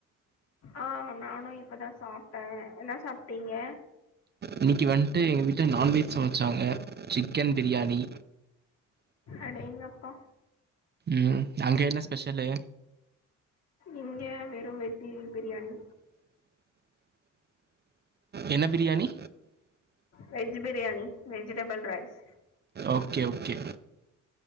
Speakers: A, on the left (about 55°); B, on the right (about 35°).
A: ஆ நானு இப்பதா சாப்ட்டே என்ன சாப்ட்டீங்க
B: இன்னைக்கி வந்ட்டு எங்க வீட்ல நான்வெஜ் சமைச்சாங்க சிக்கன் பிரியாணி
A: அடேங்கப்பா
B: ம் அங்க என்ன ஸ்பெஷலு
A: இங்க வெறு வெஜ் பி பிரியாணி
B: என்ன biryani
A: veg biryani vegetable rice
B: okay okay